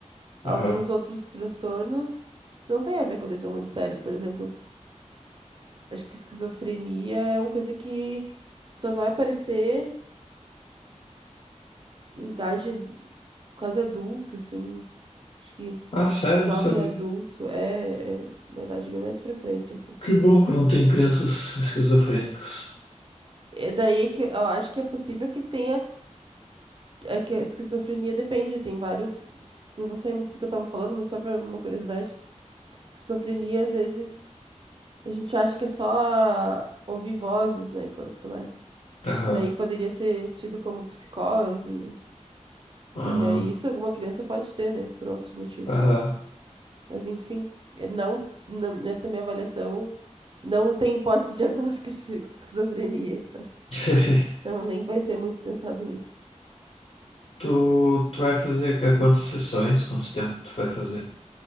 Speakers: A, on the left; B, on the right.
A: Aham.
B: Alguns outros transtornos não têm a ver com o desenvolvimento do cérebro. Por exemplo, acho que esquizofrenia é uma coisa que só vai aparecer em idade de- quase adulta, assim. Acho que
A: Ah, sério,
B: jovem
A: sabe?
B: adulto é é uma idade bem mais pra frente, assim.
A: Que bom que não tem crianças esquizofrênicas.
B: É daí é que eu acho que é possível que tenha. É que a esquizofrenia depende, tem vários. Não vou sair muito do que eu tava falando, mas só pra uma curiosidade. Esquizofrenia, às vezes, a gente acha que é só ouvir vozes, né, e coisa e tudo mais.
A: Aham.
B: E daí poderia ser tido como psicose.
A: Ah,
B: E aí, isso alguma criança pode ter, né, por outros motivos.
A: aham.
B: Mas, mas enfim, é não, na- nessa minha avaliação, não tem hipótese <laughs> diagnóstica de esquizofrenia, então.
A: <laughs>
B: Então, nem vai ser muito pensado nisso.
A: Tu, tu vai fazer há quantas sessões? Quanto tempo tu vai fazer?